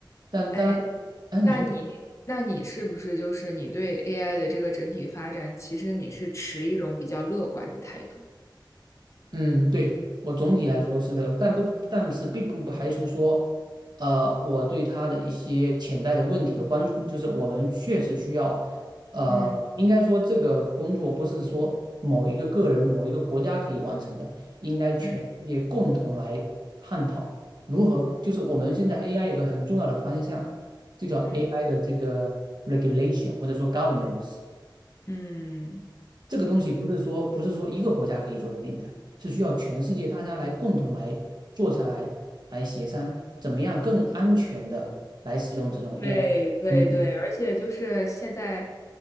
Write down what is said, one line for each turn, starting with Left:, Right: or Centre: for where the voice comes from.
Right: 但当然，
Left: 哎，
Right: 哎，你说。
Left: 那你那你是不是就是你对 AI 的这个整体发展，其实你是持一种比较乐观的态度？
Right: 嗯，对，我总体来说是这个，但不，但是并不不排除说，呃，我对他的一些潜在的问题的关注，就是我们确实需要，呃，
Left: 嗯
Right: 应该说这个工作不是说某一个个人、某一个国家可以完成的，应该全世界共同来探讨如何，
Left: 嗯
Right: 就是我们现在 AI 有个很重要的方向，就叫
Left: 嗯
Right: AI 的这个 regulation 或者说 governance。
Left: 嗯。
Right: 这个东西不是说不是说一个国家可以做得定的，是需要全世界大家来共同来坐下来来协商，怎么样更安全的来使用这种
Left: 对对对，
Right: AI 嗯，
Left: 而且就是现在，